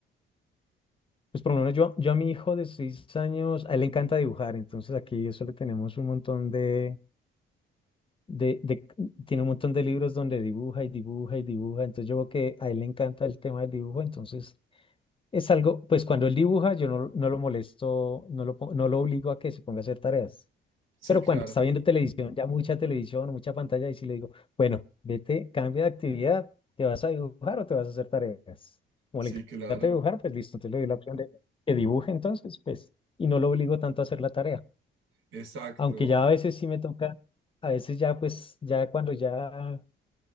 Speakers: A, on the left; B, on the right.
A: Pues por lo menos yo, yo a mi hijo de seis años, a él le encanta dibujar, entonces aquí eso le tenemos un montón de de, de- tiene un montón de libros donde dibuja y dibuja y dibuja, entonces yo veo que a él le encanta el tema del dibujo, entonces es algo, pues cuando él dibuja yo no, no lo molesto, no lo, po- no lo obligo a que se ponga a hacer tareas,
B: Sí,
A: pero
B: claro,
A: cuando está viendo televisión, ya mucha televisión, mucha pantalla, y sí le digo, bueno, vete, cambia de actividad, ¿te vas a dibujar o te vas a hacer tareas? Como
B: sí,
A: le
B: claro,
A: encanta dibujar, pues listo, entonces le doy la opción de que dibuje entonces, pues, y no lo obligo tanto a hacer la tarea.
B: exacto,
A: Aunque
B: Oh,
A: ya a veces sí me toca, a veces ya pues, ya cuando ya